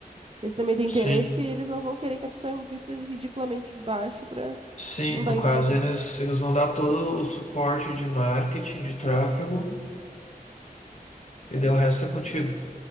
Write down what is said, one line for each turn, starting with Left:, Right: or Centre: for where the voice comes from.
Right: Se eles também têm interesse,
Left: Sim.
Right: eles não vão querer que a pessoa invista ridiculamente baixo pra
Left: Sim,
Right: não
Left: no
Right: dar em
Left: caso
Right: nada.
Left: eles, eles vão dar todo o suporte de marketing, de tráfego, e daí o resto é contigo.